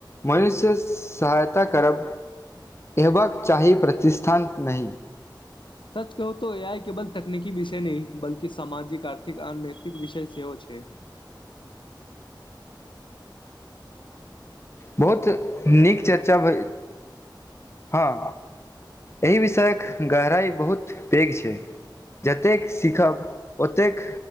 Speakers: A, on the left; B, on the left.
A: मनुष्य सहायता करब अयबाक चाही प्रतिष्ठान नहि।
B: सच कहू त ए आई केवल तकनीकी विषय न बल्कि सामाजिक आर्थिक आ नैतिक विषय सेहो छै।
A: बहुत नीक चर्चा भेल हँ। एहि विषयक गहराइ बहुत पैघ छै। जतेक सीखब ओतेक